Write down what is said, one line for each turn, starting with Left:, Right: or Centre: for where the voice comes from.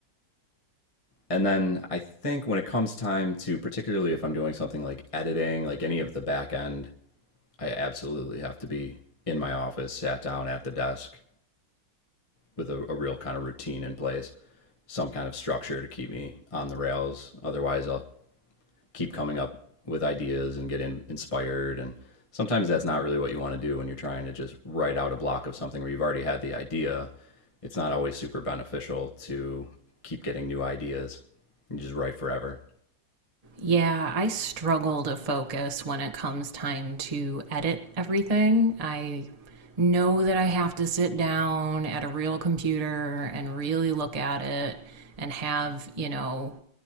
Left: And then I think when it comes time to, particularly if I'm doing something like editing, like any of the back end, I absolutely have to be in my office, sat down at the desk, with a, a real kind of routine in place, some kind of structure to keep me on the rails. Otherwise, I'll keep coming up with ideas and get in, inspired. And sometimes that's not really what you want to do when you're trying to just write out a block of something where you've already had the idea. It's not always super beneficial to keep getting new ideas and just write forever.
Right: Yeah, I struggle to focus when it comes time to edit everything. I know that I have to sit down at a real computer and really look at it and have, you know,